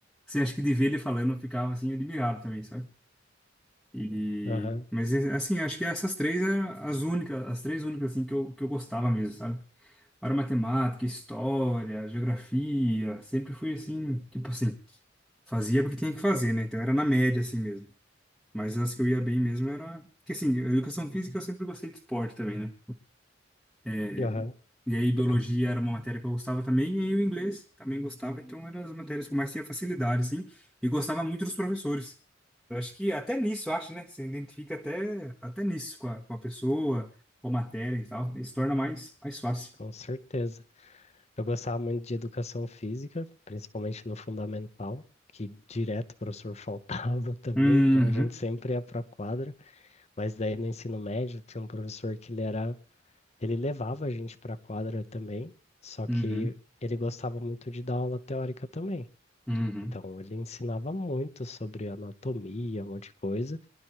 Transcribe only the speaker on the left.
aham,
aham,
<clears throat>
com certeza. Eu gostava muito de educação física, principalmente no fundamental, que direto o professor faltava <laughs> também,
então a gente sempre ia para a quadra, mas daí no ensino médio tinha um professor que ele era, ele levava a gente para a quadra também, só que
ele gostava muito de dar aula teórica também.
Então ele ensinava muito sobre anatomia, um monte de coisa,